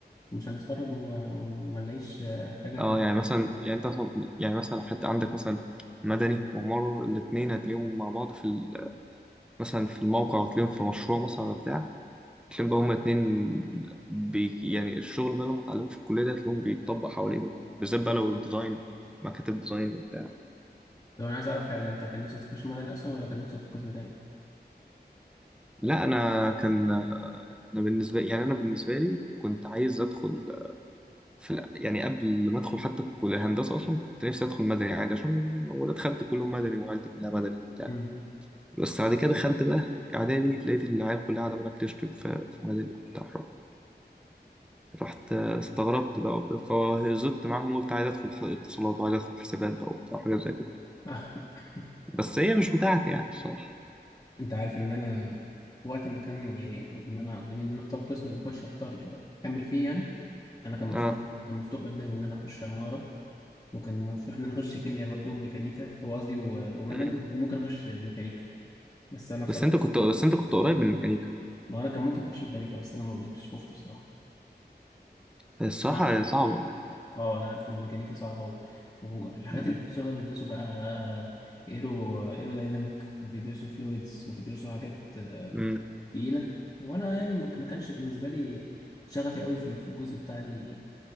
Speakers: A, on the left; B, in the centre.
A: مش هنتخرج و- وما نلاقيش آه، حاجه
B: اه
A: كلها
B: يعني مثلا يعني انت مثلا- يعني مثلا حتى عندك مثلا مدني وعمارة الاتنين هتلاقيهم مع بعض في مثلا في الموقع وتلاقيهم في مشروع مثلا ولا بتاع تلاقيهم بقى هما اتنين بي يعني الشغل بقى لما اتعلموه في الكلية ده تلاقيهم بيتطبق حواليهم بالذات بقى لو الديزاين مكاتب ديزاين وبتاع
A: طب انا عايز اعرف حاجه انت كان نفسك تخش مدني اصلا ولا كان نفسك في قسم تاني
B: لا أنا كان أنا بالنسبة يعني أنا بالنسبة لي كنت عايز أدخل في الع- يعني قبل ما أدخل حتى كلية هندسة أصلا كنت نفسي أدخل مدني عادي عشان أنا دخلت كلهم مدني وعيلتي كلها مدني وبتاع
A: امم
B: بس بعد كده دخلت بقى إعدادي لقيت العيال كلها قاعدة بقى بتشتم في في مدني وبتاع رحت آه، استغربت بقى وبتاع، فهزت معاهم وقلت عايز ادخل ح- اتصالات وعايز ادخل حسابات بقى وبتاع حاجات زي كده
A: <laughs>
B: بس هي مش بتاعتي يعني الصراحة
A: انت عارف ان انا وقت ما كان يعني ان انا قدامي ان انا اختار قسم اللي اخش اختار اكمل فيه يعني انا كان مفتوح
B: اه
A: كان مفتوح قدامي ان انا اخش عماره وكان مفتوح ان انا اخش كيمياء برضو وميكانيكا هو قصدي و- ومدني
B: مم.
A: وكان ممكن اخش ميكانيكا بس انا بصراحه
B: بس انت كنت بس انت كنت قريب من الميكانيكا
A: ما انا كان ممكن اخش ميكانيكا بس انا ما رضيتش خفت بصراحه
B: الصراحة
A: نعم.
B: هي الصراحة صعبة
A: اه انا عارف ان الميكانيكا صعبه و... والحاجات
B: مم.
A: اللي بيدرسوها بيدرسوا بقى ايرو ايرو دايناميك وبيدرسوا فلويدز وبيدرسوا حاجات آه،
B: مم.
A: تقيله وانا يعني ما ما كانش بالنسبه لي شغفي قوي في في الجزء بتاع ال-